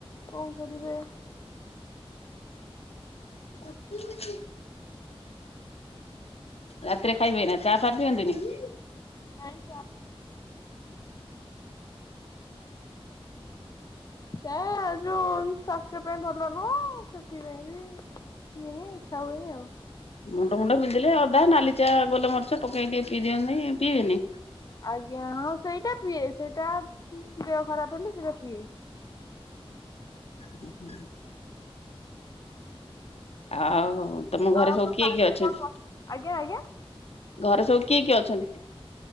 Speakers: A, on the left (about 40°); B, on the left (about 80°).
A: କଣ କରିବେ?
B: ଗୋପି ହଉଛି ରାତିରେ ଖାଇବେନା ଚା ଫା ଖାଇବେନି କି?
A: ନାଇଁ ଚା? ସେ ଯୋଉ ସ୍ଵାସ୍ଥ୍ୟ ପାଇଁ ଭଲ ନୁହଁ ସେଥିପାଇଁ ବି ପିଏନି ଇଚ୍ଛା ହୁଏନି ଆଉ।
B: ମୁଣ୍ଡ ମୁଣ୍ଡ ପିନ୍ଧିଲେ ଅଦା ନାଲିଚା ଗୋଲମରିଚ ପକେଇ ଟେ ପିଇ ଦିଅନ୍ତି ପିଇନି।
A: ଆଜ୍ଞା ହଁ ସେଇଟା ପିଏ ସେଇଟା ଦେହ ଖରାପ ହେଲେ ସେଇଟା ପିଏ।
B: ହୁଁ ହୁଁ। ଆଉ ତମ ଘରେ
A: ଆଉ ଆପଣ
B: ସବୁ କିଏ
A: ବାଡିରେ
B: କିଏ ଅଛନ୍ତି?
A: କଣ ଗ ଆଜ୍ଞା ଆଜ୍ଞା
B: ଘରେ ସବୁ କିଏ କିଏ ଅଛନ୍ତି?